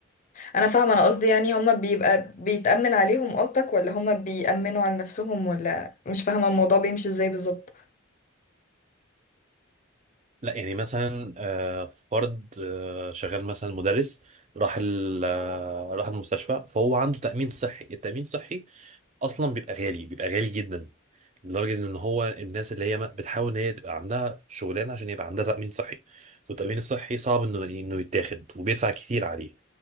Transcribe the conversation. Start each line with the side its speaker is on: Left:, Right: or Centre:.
Left: انا فاهمه انا قصدي يعني هما بيبقى بيتأمن عليهم قصدك ولا هما بيأمنوا على نفسهم ولا مش فاهمه الموضوع بيمشي ازاي بالظبط
Right: لا يعني مثلا آه، فرد آه، شغال مثلا مدرس راح ال- آه، راح المستشفى فهو عنده تأمين صحي التأمين الصحي أصلا بيبقى غالي بيبقى غالي جدا لدرجة إن هو الناس اللي هي ما- بتحاول إن هي تبقى عندها شغلانة عشان يبقى عندها تأمين صحي والتأمين الصحي صعب إنه إنه يتاخد وبيدفع كتير عليه